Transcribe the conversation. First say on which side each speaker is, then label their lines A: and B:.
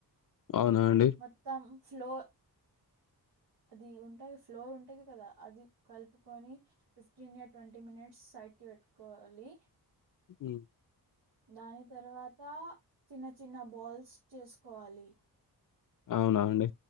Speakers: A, on the left; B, on the right.
A: అవునాండి
B: మొత్తం ఫ్లో అది ఉంటుంది ఫ్లోర్ ఉంటుది కదా అది కలుపుకొని fifteen to twenty minutes side కి వెట్కోవాలి
A: ఉ
B: దాని తర్వాత చిన్న చిన్న బాల్స్ చేసుకోవాలి
A: అవునా అండి